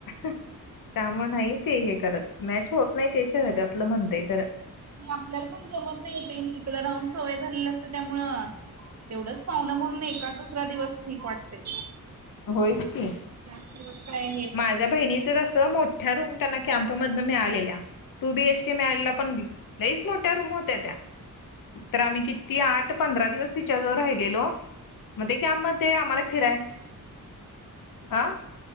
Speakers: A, on the left; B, on the right.
A: त्यामुळे नाही ते हे करत मॅच होत नाही ते शहरातलं म्हणतेय खं
B: मी आपल्याला पण जमत नाही होते इकड राहून सवय झालेली असतं त्यामुळ तेवढंच पाहणं म्हणून एका दुसरा दिवस ठीक वाटते
A: होयच की
B: जास् ग काय
A: माझ्या बहिणीच कस मोठ्या रूम त्यांना कॅम्पमधन मिळालेल्या टू बीएच के मिळाला पण लईच मोठ्या रूम होत्या त्या तर आम्ही किती आठ पंधरा दिवस तिच्याजवळ राहिलेलो म्हण ते की आममध्ये आम्हाला फिराय आं